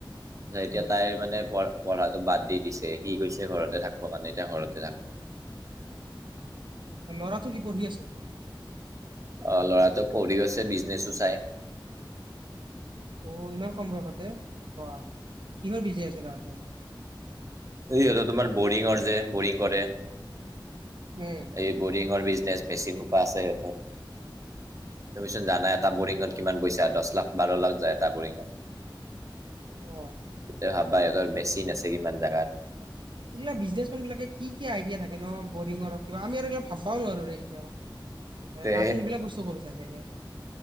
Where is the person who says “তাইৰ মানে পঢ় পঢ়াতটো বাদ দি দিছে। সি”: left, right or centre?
Right